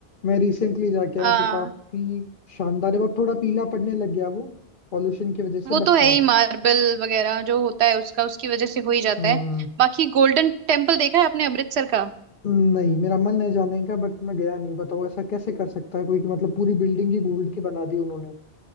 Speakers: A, on the left; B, on the right.
A: मैं रिसेंटली जाके
B: हाँ
A: आया हूँ तो काफी शानदार है बट थोड़ा पीला पड़ने लग गया वो पॉल्यूशन की वजह से
B: वो
A: बट
B: तो है
A: हाँ
B: ही मार्बल वगैरह जो होता है उसका उसकी वजह से हो ही जाता
A: हम्म,
B: है बाकी गोल्डन टेम्पल देखा है आपने अमृतसर का
A: नहीं मेरा मन है जाने का बट मैं गया नहीं बताओ ऐसा कैसे कर सकता है कोई कि मतलब पूरी बिल्डिंग ही गोल्ड की बना दी उन्होंने